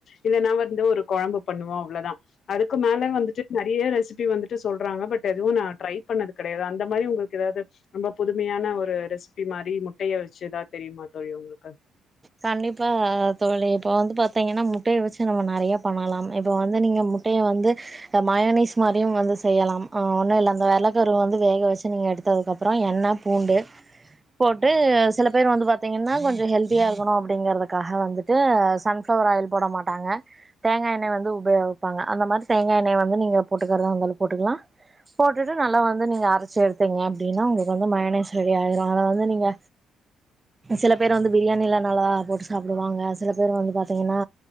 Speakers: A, on the left (about 60°); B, on the right (about 20°).
A: இல்லன்னா வந்து ஒரு கொழம்பு பண்ணுவோ அவ்ளதா அதுக்கு மேல வந்துட்டு நெறைய ரெசிபி வந்துட்டு சொல்றாங்க பட் எதுவு நா ட்ரை பண்ணது கெடயாது அந்த மாரி உங்கள்க்கு ஏதாவ்து ரொம்ப புதுமையான ஒரு ரெசிபி மாரி முட்டைய வச்சு ஏதா தெரியுமா தோழி உங்ளுக்கு
B: கண்டிப்பா தோழி இப்ப வந்து பாத்தீங்கன்னா முட்டைய வச்சு நம்ம நெறைய பண்ணலாம் இப்ப வந்து நீங்க முட் டைய வந்து இந்த மயனிஸ் மாரியு வந்து செய்யலாம் ஆ ஒன்னு இல்ல அந்த வெள்ளக்கருவ வந்து வேக வச்சு நீங்க எடுத் ததுக்கு அப்புறோ எண்ண பூண்டு போட்டு செல பேர் வந்து பாத்தீங்கன்னா கொஞ்சோ ஹெல்தியா இரு கணு அப்டிங்கறதுக்காக வந்துட்டு சன் ஃப்ளவர் ஆயில் போட மாட்டாங்க தேங்கா எண்ணெய வந்து உபயோகிப்பாங்க அந்த மாரி தேங்கா எண்ணெய வந்து நீங்க போட்டுக்குறதா இருந்தாலு போட்டுக்குலா போட்டுட்டு நல்லா வந்து நீங்க அரச்சு எடுத்தீங்க அப்டின்னா உங்களுக்கு வந்து மயனேஸ் ரெடி ஆயிரு அத வந்து நீங்க செல பேர் வந்து பிரியாணில நல்லா போட்டு சாப்டுவாங்க சில பேர் வந்து பாத்தீங்கன்னா